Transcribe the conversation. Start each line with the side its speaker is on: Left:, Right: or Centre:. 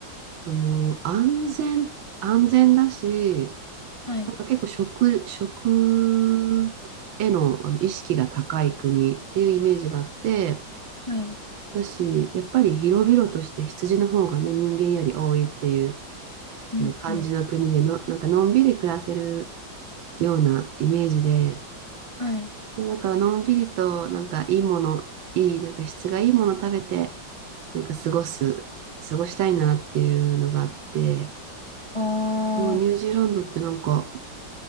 Right: あのー安全、安全だし、
Left: はい、
Right: なんか結構食、食への、あの意識が高い国っていうイメージがあって、
Left: はい、
Right: 私やっぱり広々として羊の方がね、人間より多いっていう
Left: うん、
Right: あの感じの国での、
Left: うん、
Right: なんかのんびり暮らせるようなイメージで、
Left: はい。
Right: もうだからのんびりとなんかいいもの、いい、なんか質がいいもの食べて、なんか過ごす、過ごしたいなっていうのがあって、
Left: あ
Right: もうニュージーランドってなんか、